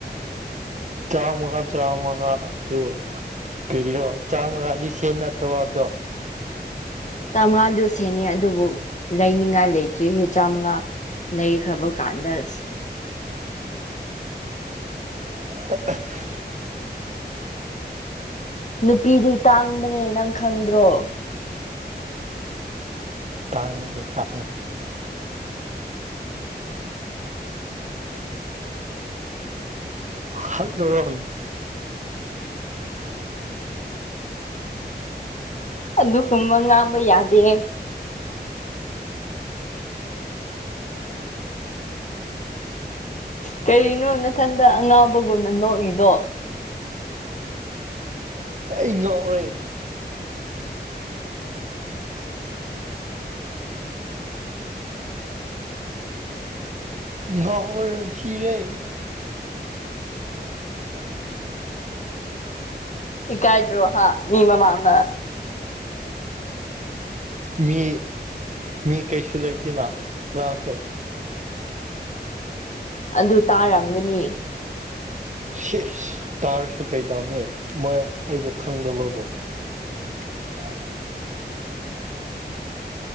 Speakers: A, on the right; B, on the left.
A: ꯆꯥꯎꯥꯃꯒ ꯆꯥꯃꯉ ꯑꯗꯨ ꯀꯔꯤꯔꯣ ꯆꯥꯝꯃꯉꯥꯗꯤ ꯁꯦꯟ ꯅꯠꯇ꯭ꯔꯕꯣ ꯑꯗꯣ
B: ꯆꯥꯝꯃꯉꯥꯗꯨ ꯁꯦꯅꯤ ꯑꯗꯨꯕꯨ ꯂꯩꯅꯤꯡꯉꯥꯏ ꯂꯩꯇ꯭ꯔꯤ ꯍꯦ ꯆꯥꯝꯃꯉꯥ ꯂꯩꯈ꯭ꯔꯕ ꯀꯥꯟꯗꯁꯤ
A: ꯑ
B: ꯅꯨꯄꯤꯗꯤ ꯇꯥꯡꯕꯅꯦ ꯅꯪ ꯈꯪꯗ꯭ꯔꯣ
A: ꯇꯥꯡꯅꯤꯀꯥ ꯍꯜꯗꯣꯔꯣꯟ
B: ꯑꯗꯨꯒꯨꯝꯕ ꯉꯥꯡꯕ ꯌꯥꯗꯦ ꯀꯔꯤꯅꯣ ꯃꯊꯟꯗ ꯑꯉꯥꯎꯕꯒꯨꯝꯅ ꯅꯣꯛꯏꯗꯣ
A: ꯏ ꯉꯥꯎꯔꯦ ꯉꯔꯝ ꯁꯤꯔꯦ
B: ꯏ ꯀꯥꯏꯇ ꯔꯣꯍꯥ ꯃꯤꯕ ꯃꯥꯥꯡꯅ
A: ꯃꯤ ꯃꯤ ꯀꯩꯁꯨ ꯂꯩꯒꯦꯅ ꯀꯅꯥꯁꯨ
B: ꯑꯗꯨ ꯇꯥꯔꯝꯒꯅꯤ
A: ꯁꯤꯁ ꯇꯥꯔꯁꯨ ꯀꯩꯗꯧꯅꯤ ꯃꯣꯏ ꯑꯩꯕꯨ ꯈꯪꯗꯕꯕꯨ ꯂꯅ